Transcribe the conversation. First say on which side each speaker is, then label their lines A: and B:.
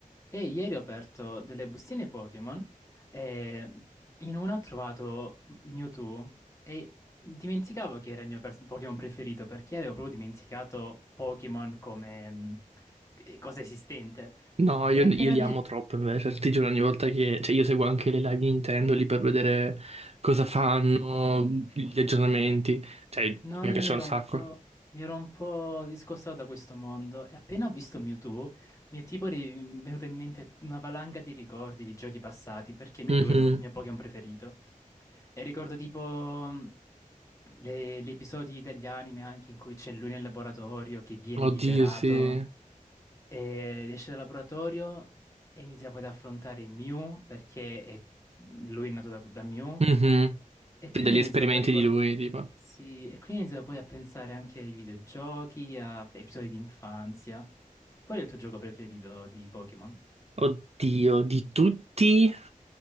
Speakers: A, on the left; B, on the right.
A: E ieri ho aperto delle bustine Pokémon e in una ho trovato Mewtwo e dimenticavo che era il mio pers- Pokémon preferito perché avevo proprio dimenticato Pokémon come mh, eh, cosa esistente.
B: No, io,
A: E appena
B: io li
A: vi-
B: amo troppo invece, ti giuro ogni volta che... Cioè io seguo anche le live Nintendo lì per vedere cosa fanno, gli aggiornamenti, cioè
A: No,
B: mi
A: io
B: piace
A: mi ero
B: un sacco.
A: un po', mi ero un po' discostato da questo mondo e appena ho visto Mewtwo mi è tipo ri- venuta in mente una valanga di ricordi di giochi passati perché Mewtwo
B: Mhm.
A: è il mio, mio Pokémon preferito. E ricordo tipo mh, le- gli episodi degli anime anche in cui c'è lui nel laboratorio che viene
B: Oddio,
A: liberato.
B: sì.
A: E esce dal laboratorio e inizia poi ad affrontare Mew perché è- lui è nato da, da Mew
B: Mhm.
A: e
B: Sì,
A: quindi
B: degli
A: ha
B: esperimenti
A: iniziato poi a ricordare
B: di lui, tipo.
A: sì, e quindi ha iniziato poi a pensare anche ai videogiochi, a episodi di infanzia. Qual è il tuo gioco preferito di Pokémon?
B: Oddio, di tutti...